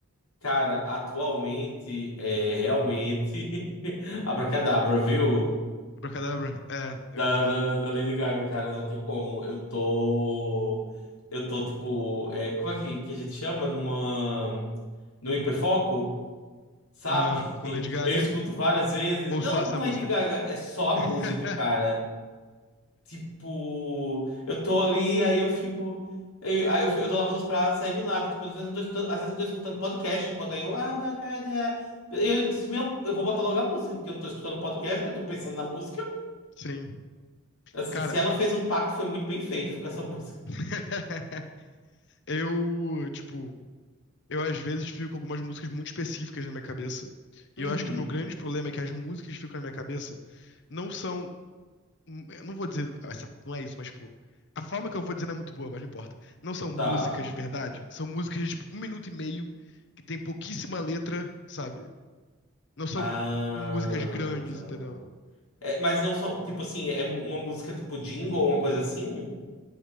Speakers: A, on the left; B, on the left.
A: Cara, atualmente é realmente <laughs> Abracadabra, viu?
B: Abracadabra? É, eu
A: Da,
B: ent- ah,
A: da, da Lady Gaga, cara, não tem como. Eu tô. Eu tô tipo. é como é que, que a gente chama? Numa. Num hiperfoco? Sabe?
B: Aham, com
A: <laughs>
B: Lady Gaga.
A: Eu escuto
B: <laughs>
A: várias vezes.
B: Ou
A: Não,
B: só essa
A: é com
B: música?
A: Lady Gaga, é só a música,
B: <laughs>
A: cara. Tipo, eu tô ali, aí eu fico. Eu, aí eu, fico- eu tô lavando os pratos, aí do nada. Tipo, às vezes eu tô escutando, às vezes eu tô escutando podcast enquanto aí eu. ah, vai, cara, é. Eu, disse, meu, eu vou botar logo a música, porque eu não tô escutando podcast, né? Eu tô pensando na música.
B: Sim.
A: Assim,
B: Cara,
A: se ela fez um pacto, foi muito bem feito viu, com essa <laughs> música.
B: <laughs> eu, tipo, eu às vezes fico com algumas músicas muito específicas na minha cabeça. E
A: Uhum.
B: eu acho que o meu grande problema é que as músicas que ficam na minha cabeça não são. hum, eu não vou dizer, essa, não é isso, mas tipo, a forma que eu vou dizer não é muito boa, mas não importa. Não são músicas
A: Tá.
B: de verdade, são músicas de tipo, um minuto e meio, que tem pouquíssima letra, sabe? Não são
A: Ah,
B: músicas grandes,
A: tá.
B: entendeu?
A: É, mas não só. Tipo assim, é mu- uma música tipo jingle ou uma coisa assim?